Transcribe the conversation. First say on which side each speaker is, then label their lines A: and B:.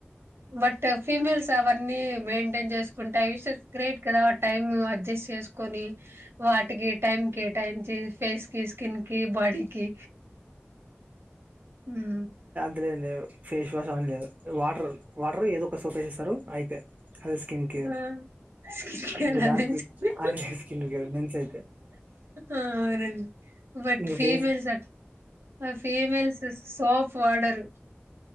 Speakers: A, on the right (about 65°); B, on the right (about 40°).
A: బట్ ఫీమేల్స్ అవన్నీ మెయింటైన్ చేసు కుంట యుషస్ గ్రేట్ కదా టైమ్ అ అడ్జస్ట్ చేసుకొని వాటికి టైం కే టయించి ఫేస్ కి స్కిన్ కి బాడీకి హ్మ్
B: అదేంది ఫేస్ వాష్ అవన్ని కాదు వాటర్ వాటర్ ఏదో ఒక సోప్ వేసేస్తారు అయిపోయా అదే స్కిన్ కేేర్
A: ఆ స్కిన్
B: ఇంగ
A: అదే
B: దానికి
A: స్కిన్
B: అదే స్కిన్ కేర్ మెన్సైతే
A: ఆ అవునండి బట్
B: ఇంకా
A: females
B: face
A: at females soap వాడరు